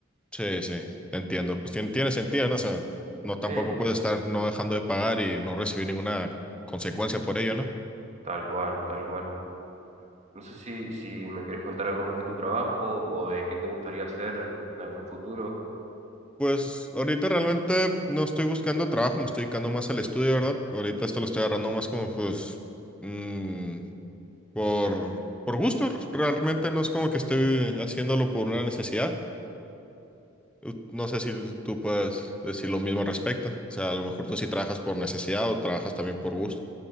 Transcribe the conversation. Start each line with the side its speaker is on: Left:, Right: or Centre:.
Centre: Sí, sí, te entiendo. Pues tiene, tiene sentido, ¿no? O sea, no tampoco
Right: Sí,
Centre: puedes estar no dejando de pagar y no recibir ninguna consecuencia por ello, ¿no?
Right: tal cual, tal cual. No sé si, si me querés contar algo más de tu trabajo o de qué te gustaría hacer en algún futuro.
Centre: Pues ahorita realmente no estoy buscando trabajo, me estoy dedicando más al estudio, ¿verdad? Ahorita esto lo estoy agarrando más como pues mm, por,
Right: Sí.
Centre: por gusto. Realmente no es como que esté haciéndolo por una necesidad. U- No sé si tú puedes decir lo mismo al respecto. O sea, a lo mejor tú sí trabajas por necesidad o trabajas también por gusto.